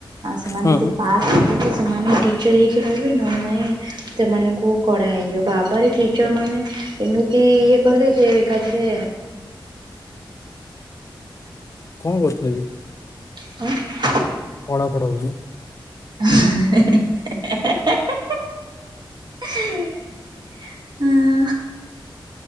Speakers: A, on the right (about 60°); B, on the left (about 35°).
A: ଆଉ ସେମାନେ
B: ହୁଁ
A: ଯଦି
B: ହୁଁ
A: ପାସ ହେବେ ସେମାନେ ଟିଚର ହେଇକି ରହିବେ ନ ହେଲେ ନାଇଁ ସେମାନଙ୍କୁ କଢା ହେଇଯିବ ବାବାର ଟିଚର ମାନେ ଏମିତି ଇଏ କଲେ ଯେ ଏକାଥରେ
B: କଣ କରୁଥିଲେ କି
A: କଣ?
B: ଖଡ଼ ଖଡ଼ ହଉଚି
A: ହିଁ ହିଁ ହିଁ ହୁଁ